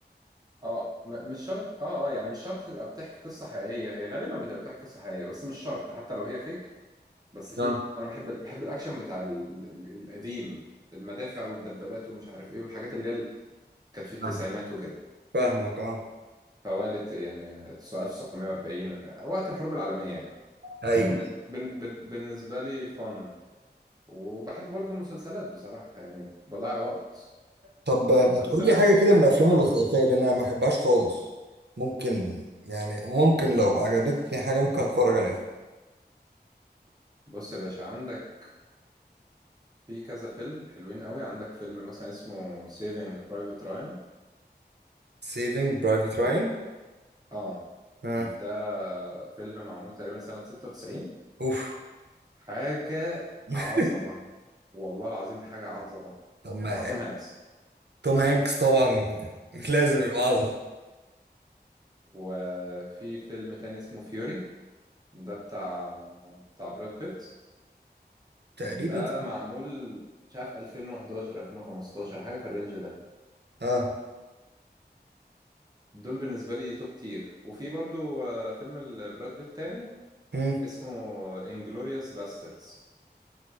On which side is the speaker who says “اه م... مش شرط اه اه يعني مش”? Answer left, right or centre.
Right